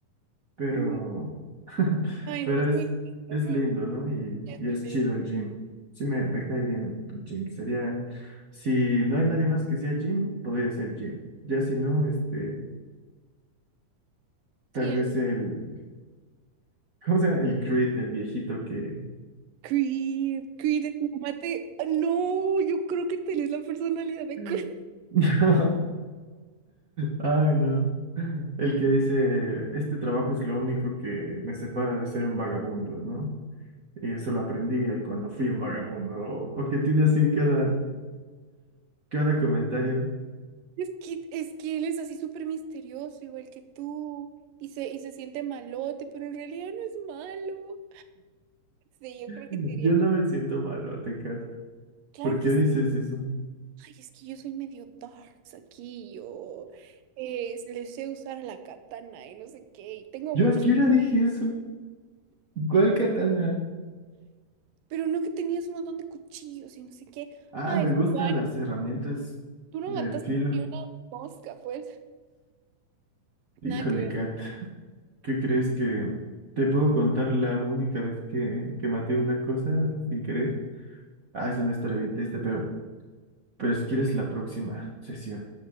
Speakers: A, on the right (about 60°); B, on the right (about 85°).
A: pero,
B: ujú.
A: <laughs>
B: Ay,
A: pero
B: no, es
A: es,
B: muy lindo, es
A: es
B: muy
A: lindo,
B: lindo.
A: ¿no? Y,
B: ya es
A: y
B: muy
A: es chido
B: lindo.
A: el gym. Sí, me, me cae bien el gym. Sería, si no hay nadie más que sea gym, podría ser gym. Ya si no, este, tal
B: Sí,
A: vez
B: el gym.
A: el, <laughs> ¿cómo se llama? El Creed, el viejito que...
B: Creed, Creed, mate. Ah, No, yo creo que tenés la personalidad de
A: <laughs>
B: Creed.
A: No, ay, no. El que dice, este trabajo es lo único que me separa de ser un vagabundo, ¿no? Y eso lo aprendí ahí cuando fui un vagabundo. O, o que tiene así cada, cada comentario.
B: Es que, es que él es así súper misterioso, igual que tú, y se, y se siente malote, pero en realidad no es malo. Sí, yo creo
A: Yo
B: que te diría,
A: no me siento malo, Tecate.
B: claro
A: ¿Por qué
B: que
A: dices
B: sí.
A: eso?
B: Ay, es que yo soy medio darks aquí, yo eh, le sé usar la katana y no sé qué, y tengo
A: ¿Yo
B: muchos,
A: a qué
B: cu-
A: hora dije eso? ¿Cuál katana?
B: pero no que tenías un montón de cuchillos y no sé qué.
A: Ah,
B: Ay,
A: me
B: Ju-
A: gustan las herramientas
B: tú no
A: de
B: mataste
A: filo.
B: ni una mosca, pues,
A: Híjole,
B: nada que ver.
A: Kat, ¿qué crees que te puedo contar la única vez que, que maté una cosa sin querer? Ah, es una historia bien triste, pero, pero si quieres la próxima sesión.